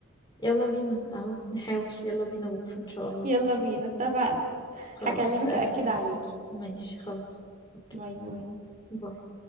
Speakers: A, on the left; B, on the right.
A: يلا بينا اهو نحاول يلا بينا بكرة ان شاء الله
B: يلا بينا اتفقنا
A: خلاص
B: هكلمك
A: تمام
B: أأكد عليكي
A: ماشي خلاص اوكي
B: باي باي
A: باي